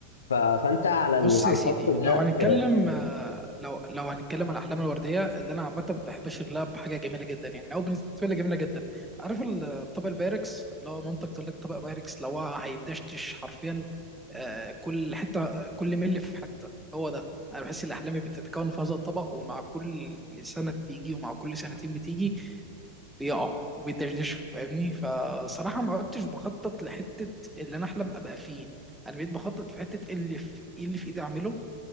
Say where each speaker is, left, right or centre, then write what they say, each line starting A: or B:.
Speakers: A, on the left (about 70°); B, in the centre.
A: ف- فانت على ال-
B: بص
A: على
B: يا سيدي
A: الخط ده
B: لو هنتكلم
A: في
B: آه، لو لو هنتكلم على الاحلام الورديه اللي انا عامه بحب اشير لها بحاجه جميله جدا يعني او بالنسبه لي جميله جدا عارف ال- الطبق البايركس اللي هو مامتك تقول لك طبق بايركس لو هو هيدشتش حرفيا آه، كل حته كل ملي في حته هو ده انا بحس ان احلامي بتتكون في هذا الطبق ومع كل سنه بتيجي ومع كل سنتين بتيجي بيقع وبيدشدشوا فاهمني فصراحة ما عدتش بخطط لحتة اللي أنا أحلم أبقى فين أنا بقيت بخطط في حتة إيه اللي في إيه اللي في إيدي أعمله